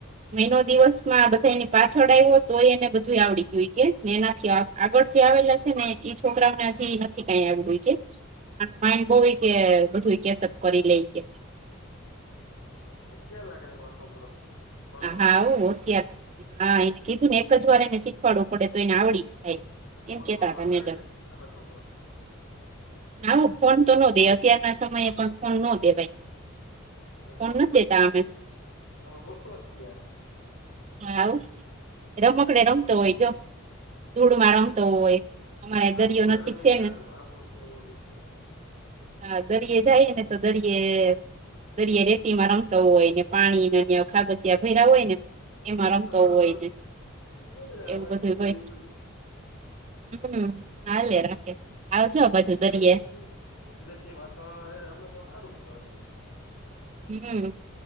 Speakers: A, on the right; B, on the left.
A: મહિનો દિવસમાં બધા એની પાછળ આવ્યો તોય એને બધું આવડી ગયું કે મે એનાથી આ આગળ જે આવેલા છે, ને એ છોકરાને હજી નથી કઈ આવડુ ઈ કે <inaudible>
B: હોશિયાર લાગે તમારો છોકરો ભણવામાં
A: હા આવ હોશિયાર હા એને કીધુંને એકજ વાર એને શીખવાડવું પડે તો એને આવડી જ જાય
B: ફોન
A: એમ કેતા
B: બોન
A: હતા
B: વાપરે
A: મેડમ
B: છે, તમારો છોકરો
A: ના ફોન તો ન દે અત્યારના સમયે પણ ફોન ન દેવાય
B: હ
A: ફોન
B: અ
A: નથી
B: તમ
A: દેતા અમે
B: <unintelligible>
A: હાવ રમકડે રમતો હોય જો ધૂળમાં રમતો હોય અમારે
B: રમકડે
A: દરિયો નજીક
B: રમે
A: છે
B: હારું
A: ને
B: આપણું કેવું છે.
A: હા દરિયે જઈએ ને તો દરિયે દરિયા રેતીમાં રમતા હોયને પાણીને નયા ખાબચિયા ભરયા હોયને એમાં રમતો
B: હા
A: હોયને
B: બરાબર
A: એવું બધું
B: છે
A: હોય.
B: એ
A: હમ હાલે રાખે. આવજો
B: હમ
A: આ બાજુ
B: કુદરતી
A: દરિયે
B: કુદરતી વાતાવરણ હારે રમે તો હારું કેવાય છોકરો
A: હમ,